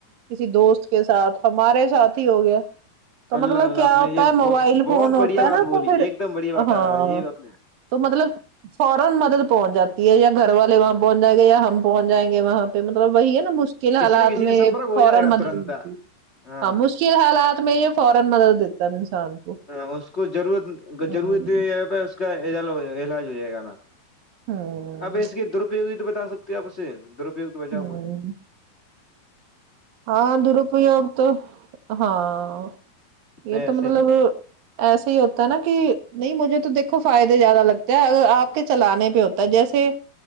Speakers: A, on the right; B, on the left.
A: کسی دوست کے ساتھ ہمارے ساتھ ہی ہو گیا تو مطلب
B: اللہ اللہ
A: ہے کہ آپ
B: نے
A: ہوتا
B: یہ
A: ہے
B: بہت
A: موبائل
B: بہت
A: فون ہوتا
B: بڑھیا
A: ہے
B: بات
A: نا
B: بولی
A: تو پھر
B: ایک دم بڑھیا بات
A: ہاں
B: یہ اپنے
A: تو مطلب فورا مدد پہنچ جاتی ہے یا گھر والے وہاں پہنچ جائیں گے یا ہم پہنچ جائیں گے وہاں پہ مطلب وہی ہے نا کن حالات
B: کسی نہ کسی سے
A: میں
B: سمپرک ہو
A: فورا
B: جائے گا
A: مدد
B: ترنت
A: ملتی ہے
B: ہاں
A: مشکل حالات میں یہ فورا مدد ہے انسان کو
B: ہاں اس کو ضرورت
A: ہوں
B: ضرورت پہ اس کا علاج ہو جائے گا نا
A: ہوں
B: آپ اس کے درپیوگ ہی تو بتا سکتے ہو آپ اسے درپیو تو بچاؤ
A: ہوں
B: بہت
A: ہاں درپیوگ تو ہاں
B: میں
A: یہ
B: ایسے
A: تو مطلب ایسے ہی ہوتا ہے نا کہ نہیں مجھے تو دیکھو فائدے زیادہ لگتے ہے اگر آپ کے چلانے پہ ہو جیسے